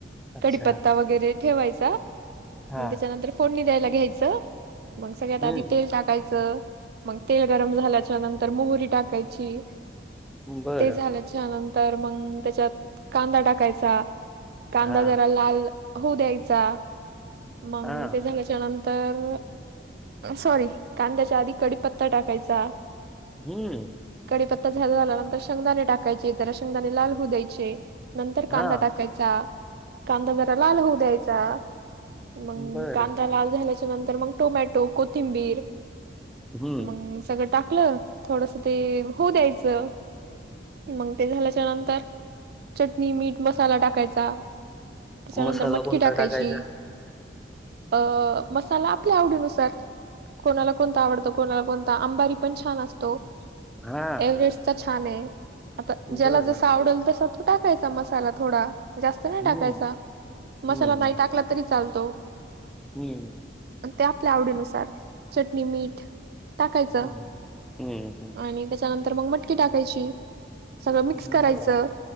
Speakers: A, in the centre; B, on the right.
A: अच्छा
B: कडीपत्ता वगैरे ठेवायचा,
A: हा
B: मग त्याच्यानंतर फोडणी द्यायला घ्यायचं. मग सगळ्यात
A: हम्म
B: आधी तेल टाकायचं. मग तेल गरम झाल्याच्या नंतर मोहरी टाकायची.
A: बरं
B: ते झाल च्यानंतर मग त्याच्यात कांदा टाकायचा, कांदा
A: हा
B: जरा लाल होऊ द्यायचा. मग
A: हा
B: ते झाल्याच्या नंतर सॉरी कांद्याच्या आधी कडीपत्ता टाकायचा.
A: हम्म.
B: कडीपत्ता झाला झाल्यानंतर शेंगदाणे टाकायचे, जरा शेंगदाणे लाल होऊ द्यायचे. नंतर कांदा
A: हा
B: टाकायचा, कांदा जरा लाल होऊ द्यायचा. मंग
A: बरं
B: कांदा लाल झाल्याच्या नंतर, मग टोमॅटो, कोथिंबीर
A: हम्म
B: मग सगळं टाकलं. थोडस ते होऊ द्यायचं मंग ते झाल्याच्या नंतर चटणी, मीठ, मसाला टाकायचा. त्याच्यानंतर
A: मसाला
B: मटकी
A: कोणता
B: टाकायची.
A: टाकायचा
B: अ मसाला आपल्या आवडीनु सारं कोणाला कोणता आवडतो, कोणाला कोणता अंबारी पण छान असतो.
A: हा
B: एव्हरेस्टचा छान आहे. आता ज्याला
A: बरं
B: जसं आवडलं तसं तो टाकायचा मसाला थोडा, जास्त नाही
A: हम्म
B: टाकायचा. मसाला
A: हम्म
B: नाही टाकला तरी चालतो.
A: हम्म.
B: आणि ते आपल्या आवडीनुसार चटणी, मीठ टाकायचं
A: हम्म हम्म
B: आणि त्याच्यानंतर मग मटकी टाकायची. सगळं मिक्स
A: हम्म
B: करायचं.